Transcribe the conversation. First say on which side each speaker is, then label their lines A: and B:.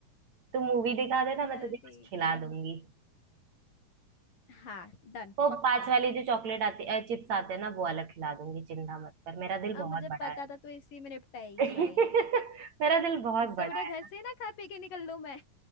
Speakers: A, on the right; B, on the left.
A: तू मूवी दिखा देना मैं
B: चल
A: तुझे कुछ
B: ठीक
A: खिला
B: है
A: दूंगी
B: हाँ डन
A: वो
B: पक्का
A: पांच वाली जो चॉकलेट आती है, चिप्स आते हैं ना वो वाला खिला दूंगी चिंता मत कर मेरा दिल
B: अब
A: बहुत
B: मुझे
A: बड़ा
B: पता
A: है
B: था तू इसी में निपटाएगी
A: <laughs>
B: भाई
A: मेरा दिल बहुत
B: इससे
A: बड़ा
B: बड़े
A: है
B: घर से ही ना खा पी के निकल लूं मैं